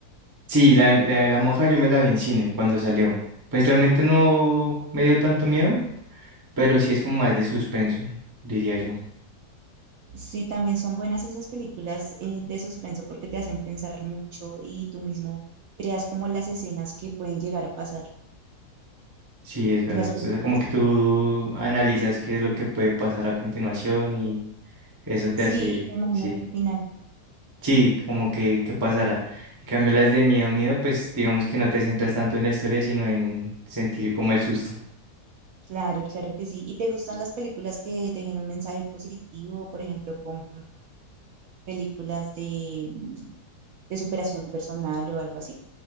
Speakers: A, on the right; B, on the right.
A: Sí, la, la, la monja yo me la vi en cine cuando salió. Pues realmente no me dio tanto miedo, pero sí es como más de suspenso, diría yo.
B: Sí, también son buenas esas películas eh, de suspenso porque te hacen pensar mucho y tú mismo creas como las escenas que pueden llegar a pasar
A: Sí, es verdad.
B: en las películas.
A: O sea, como que tú analizas qué es lo que puede pasar a continuación y eso te
B: Sí,
A: hace,
B: y te imaginas
A: sí.
B: al final.
A: Sí, como que, que pasara. En cambio, las de miedo, miedo, pues digamos que no te centras tanto en la historia, sino en sentir como el susto.
B: Claro, claro que sí. ¿Y te gustan las películas que dejen un mensaje positivo, por ejemplo, como películas de, de superación personal o algo así?